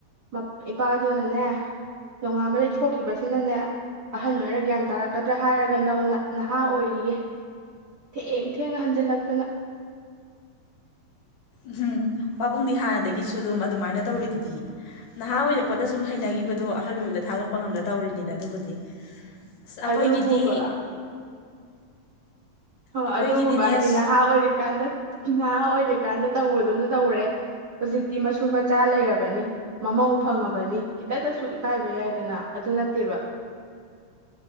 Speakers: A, on the right; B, on the left.
A: ꯃꯞ ꯏꯄꯥꯗꯨꯅꯅꯦ ꯅꯣꯡꯉꯥꯟꯕꯗꯒꯩ ꯊꯣꯛꯈꯤꯕꯁꯤꯅꯅꯦ ꯑꯍꯟ ꯑꯣꯏꯔ ꯒ꯭ꯌꯥꯟ ꯇꯥꯔꯛꯀꯗ꯭ꯔꯥ ꯍꯥꯏꯔꯒ ꯅꯧꯅ ꯅꯍꯥ ꯑꯣꯏꯔꯤꯌꯦ ꯊꯦꯡ ꯊꯦꯡꯅ ꯍꯟꯖꯤꯜꯂꯛꯇꯅ
B: ꯑꯍꯝ ꯄꯥꯕꯨꯡꯗꯤ ꯍꯥꯟꯅꯗꯒꯤꯁꯨ ꯑꯗꯨꯝ ꯑꯗꯨꯃꯥꯏꯅ ꯇꯧꯔꯤꯗꯨꯗꯤ ꯅꯍꯥ ꯑꯣꯏꯔꯛꯄꯗ ꯁꯨꯝ ꯍꯩꯅꯒꯥꯕꯗꯣ ꯑꯍꯜ ꯑꯣꯏꯕꯗ ꯊꯥꯗꯣꯛꯄ ꯉꯝꯗ ꯇꯧꯔꯤꯅꯤꯗ ꯑꯗꯨꯕꯨꯗꯤ ꯑꯁ ꯑꯩꯈꯣꯏꯒꯤꯗꯤ
A: ꯑꯗꯨꯕꯨꯕ ꯍ
B: ꯑꯩꯈꯣꯏꯒꯤꯗꯤꯅꯦ
A: ꯑꯗꯨꯕꯨꯕ ꯍꯥꯏꯗꯤ
B: ꯑꯁ
A: ꯅꯍꯥ ꯑꯣꯏꯔꯤꯀꯥꯟꯗ ꯅꯍꯥ ꯑꯣꯏ ꯔꯤ ꯀꯥꯟꯗ ꯇꯧꯕꯗꯨꯅ ꯇꯧꯔꯦ ꯍꯨꯖꯤꯛꯇꯤ ꯃꯁꯨ ꯃꯆꯥ ꯂꯩꯔꯕꯅꯤ ꯃꯃꯧ ꯐꯪꯉꯕꯅꯤ ꯈꯤꯇꯗꯁꯨ ꯏꯀꯥꯏꯕ ꯌꯥꯏꯗꯅ ꯑꯗꯨ ꯅꯠꯇꯦꯕ